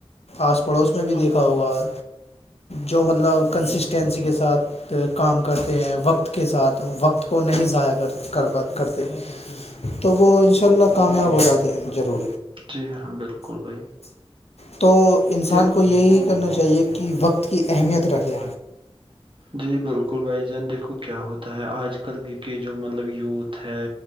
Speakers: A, on the left (about 85°); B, on the right (about 55°).
A: آس پڑوس میں بھی دیکھا ہوگا جو مطلب کنسسٹینسی کے ساتھ کام کرتے ہیں وقت کے ساتھ وقت کو نہیں ضائع کر کرا کرتے تو وہ ان شاء اللہ کامیاب ہو جاتے ہیں ضرور
B: جی ہاں بالکل بھائی
A: تو انسان
B: دیک
A: کو یہی کرنا چاہیے کہ کہ وقت کی اہمیت رکھے
B: جی بالکل بھائی جان دیکھو کیا ہوتا ہے آج کل کی کے جو مطلب یوتھ ہے